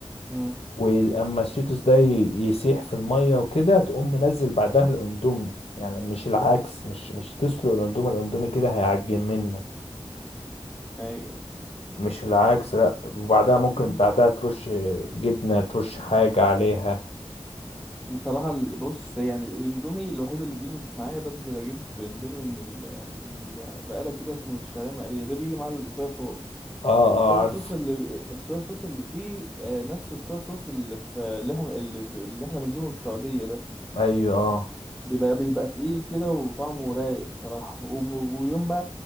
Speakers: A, in the centre; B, on the left (about 75°).
A: امم
B: ولما الشيتوس ده ي- يسيح في الميه وكده تقوم منزل بعدها الاندومي يعني مش العكس مش مش تسلق الاندومي الاندومي كده هيعجن منك
A: ايوه
B: مش العكس لا وبعدها ممكن
A: مم.
B: بعدها ترش جبنة ترش حاجة عليها
A: بصراحه ال- بص يعني الاندومي الوحيد اللي بيظبط معايا بنزل اجيب اندومي من ال من البقاله كده اسمه الشعريه مقليه ده بيجي مع الصويا صوص
B: اه
A: الصويا
B: اه عارف
A: صوص اللي بي... الصويا صوص اللي فيه آه، نفس الصويا صوص اللي في اللي احنا اللي, ب- اللي احنا بنجيبه من السعوديه ده
B: ايوه اه
A: بيبقى بيبقى تقيل كده وطعمه رايق بصراحة وب- ويوم ما